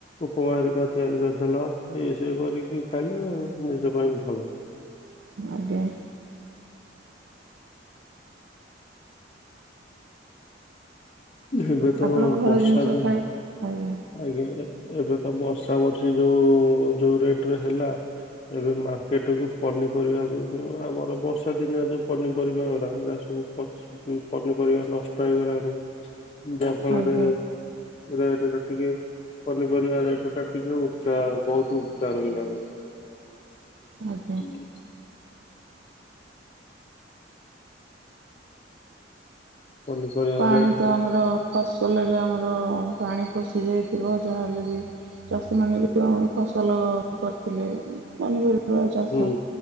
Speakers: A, on the left; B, on the right.
A: ଉପମା ହରିକା ତିଆରି କରିଦେଲ ଏଇସବୁ କରିକି ଖାଇଲେ ନିଜ ପାଇଁ ଭଲ
B: ଆଜ୍ଞା
A: ଏବେ ତ
B: ଆପଣ ଘର
A: ବର୍ଷା
B: ଜିନିଷ
A: ଯୋଉ
B: ଖାଇ ଆଜ୍ଞା
A: ଆଜ୍ଞା ଏବେ ତ ବର୍ଷା ବର୍ଷି ଯୋଉ ଯୋଉ ରେଟ ରେ ହେଲା ଏବେ ମାର୍କେଟ କୁ ପନିପରିବା ହଉ ଥିବ ଆମର ବର୍ଷା ଦିନିଆରେ ଯୋଉ ପନିପରିବା ହ ସବୁ ପଚ ପନିପରିବା ନଷ୍ଟ ହେଇଗଲାଣି ଯାହାଫଳରେ
B: ଆଜ୍ଞା
A: ରେଟେ ଟିକେ ପନିପରିବା ଦାୟିତ୍ୱ ଟା ଟିକେ ଉଚ୍ଚା ବହୁତ ଉଚା ରହିଲା ଗ
B: ଆଜ
A: ହୁଁ ପନିପରିବା
B: ପାଣି
A: ରେଟ
B: ତ ଆମର ଫସଲରେ ଆମର ପାଣି ପଷି ଯାଇଥିବ ଯାହାହେଲେ ବି ଚାଷୀମାନେ ଯେଉଁ ଆମର ଫସଲ କରିଥିଲେ ପନିପରିବା ଚାଷ
A: ହୁଁ